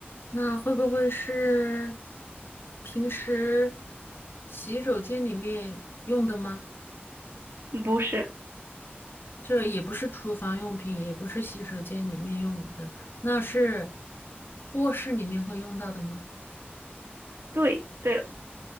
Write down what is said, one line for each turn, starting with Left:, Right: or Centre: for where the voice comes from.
Left: 那会不会是平时洗手间里面用的吗？
Right: 不是。
Left: 这也不是厨房用品，也不是洗手间里面用的，那是卧室里面会用到的吗？
Right: 对，对了，